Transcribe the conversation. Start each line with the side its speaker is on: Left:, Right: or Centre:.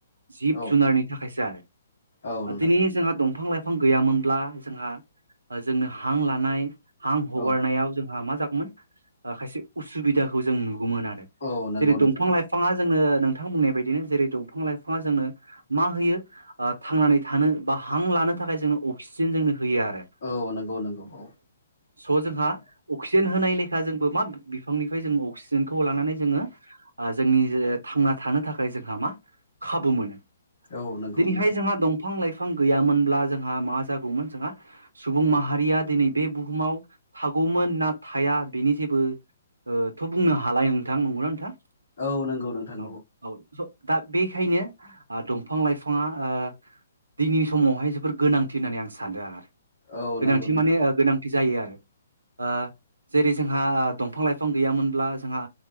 Right: जिब
Left: औ
Right: जुनारनि थाखायसो आरो
Left: औ नोंथां
Right: दिनै जोंहा दंफां लाइफां गैयामोनब्ला जोंहा जोंनो हां लानाय हां हगारनायाव
Left: औ
Right: जोंहा मा जा गौमोन खायसे उसुबिदाखौ जों नुगौमोन आरो
Left: औ नंगौ
Right: जेरै
Left: नोंथां
Right: दंफां लाइफाङा जोंनो नोंथां बुंनाय बायदिनो जेरै दफां लाइफाङा जोंनो मा होयो थांनानै थानो बा हां लानो थाखाय जोंनो अक्सिजेन जोंनो होयो आरो
Left: औ नंगौ नंगौ औ
Right: स' जोंहा अक्सिजेन होनाय लेखा जोंबो मा बिफांनिफ्राय जों अक्सिजेनखौ लानानै जोङो जोंनि थांना थानो थाखाय जोंहा मा खाबु मोनो
Left: औ नंगौ
Right: दिनैहाय
Left: नोंथां
Right: जोंहा दंफां लाइफां गैयामोनब्ला जोंहा मा जागौमोन जोंहा सुबुं माहारिया दिनै बे बुहुमाव थागौमोन ना थाया बेनि जेबो थ' बुंनो हालाय नोंथां नंगौना नोंथां
Left: औ नंगौ नोंथां
Right: औ औ स' दा बेखायनो दंफां लाइफाङा ओ दिनैनि समावहाय जोबोर गोनांथि होननानै आं सानदों आरो
Left: औ
Right: गोनांथि
Left: नंगौ नोंथां
Right: माने गोनांथि जायो आरो ओ जेरै जोंहा दंफां लाइफां गैयामोनब्ला जोंहा